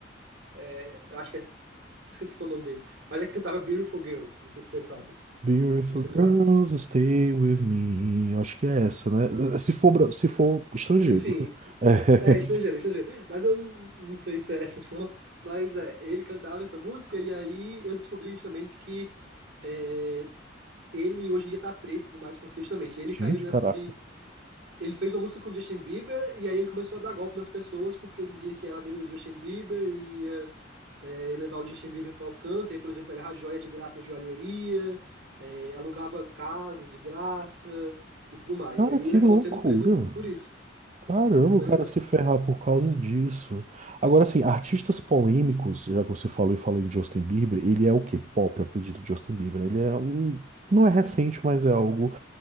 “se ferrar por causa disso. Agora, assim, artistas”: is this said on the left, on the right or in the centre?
Right